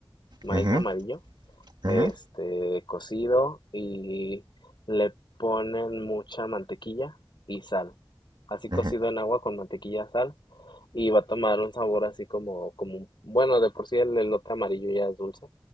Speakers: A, on the left; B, on the right.
A: maíz
B: ujú,
A: amarillo. este,
B: ujú,
A: cocido y le ponen mucha mantequilla y sal. Así cocido
B: ujú.
A: en agua con mantequilla, sal y va a tomar un sabor así como, como, bueno, de por sí el elote amarillo ya es dulce,